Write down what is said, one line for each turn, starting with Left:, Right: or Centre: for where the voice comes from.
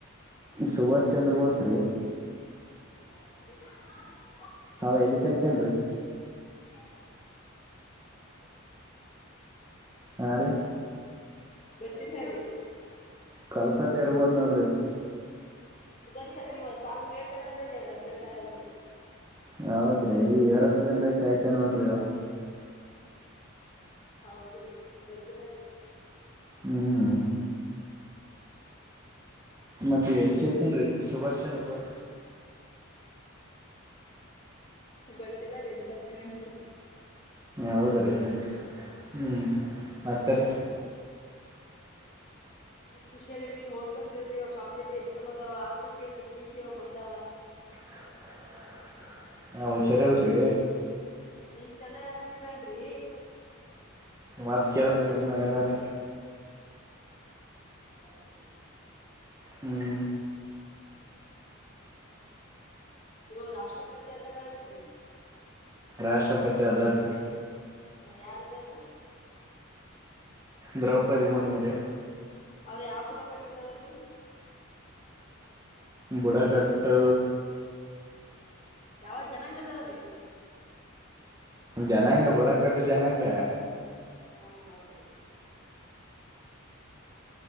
Right: ಸುಭಾಷ್ ಚಂದ್ರ ಬೋಸ್ ರೀ
Left: ಹಾ ಹೌದ್ರಿ <inaudible>
Right: ಹ ಎಲ್ಲಿಸಾಯತೆೇನ್
Left: ಹ <unintelligible>
Right: ಹಾ ರೀ
Left: ಗೋತ್ತಿಲ್ಲ ಸರಿ
Right: ಕಲ್ಕತ್ತೆ ಇರ್ಬಹುದ್ ನೋಡ್ರಿ
Left: ಸುಭಾಷ್ ಚಂದ್ರ ಬೋಸ್ ಸ್ವಾಮಿ ವಿವೇಕಾನಂದರಿಗೆ ಅದ ಕಡಿತಾಯದ್ರು
Right: ಹೌದ್ರಿ ಈ ಏರೋಪ್ಲೇನ್ದಾಗ ಸಾಯ್ತ ನೋಡ್ರಿ
Left: ಹೌದ್ರೀ ಗೊತ್ತಿಲ್ಲ ಬಿಡ್ರಿ
Right: ಹ್ಮ್
Left: ಸ್ಮರಿ <unintelligible>
Right: ಮತ್ತ ಎಲ್ಸತೇನ್ರಿ ಸುಭಾಷ್ ಚಂದ್ರ ಬೋಸ್
Left: ಗೊತ್ತಿಲ್ಲ ರಿ ಸಾಯ್ತಾದ್ರಿ
Right: ಹೌದ್ರಿ ಹ್ಮ್ ಮತ್ತರಿ
Left: ಇಷ್ಟ್ ಹುಷಾರಿ ನೀ್ ಓದ್ಬೇಕಕ್ ಇಲ್ರಿ್ ಕಾಂಪಟೇಟಿವ್ ಎಕ್ಸಾಮ್ ಅದವ ಆಗ್ಬಬೇಕಕ್ ಇಲ್ರರಿ ಪಿ ಸಿ ಅವ್ ಬಂದಾವ
Right: <unintelligible> ಹಾ ಹುಷಾ ರ್ ಇಲ್ರಿ
Left: ಇಷ್ಟೆಲ್ಲ ಹೇಳತ್ತೀರಲ್ರಿ
Right: ಮತ್ತ್ ಕೇಳರಿಿ ಇನ್ನು ಏನಾರೀ
Left: ಹೌದ್ರಿ
Right: ಹ್ಮ್
Left: ಇವು ರಾಷ್ಟ್ರಪತಿ ಅದಾರ ಅಲ್ರಿ
Right: ರಾಷ್ಟ್ರಪತಿ ಅದಾರ್ ರಿ
Left: ಹ ಯಾರದರೀ
Right: ದ್ರೌಪದಿ ಮುರ್ಮು ರ
Left: ಅವ್ರ ಯಾವ್ ಬಿುಡ ಕಟ್ಟಿದಾವರೀ
Right: ಬುಡಕಟ್ಟು
Left: ಯಾವ ಜನಾಂಗದವ್ರೀ
Right: ಜನಾಂಗ ಬುಡಕಟ್ಟು ಜನಾಂಗ
Left: ಹ್ಮ ಹೌದ್ರಿ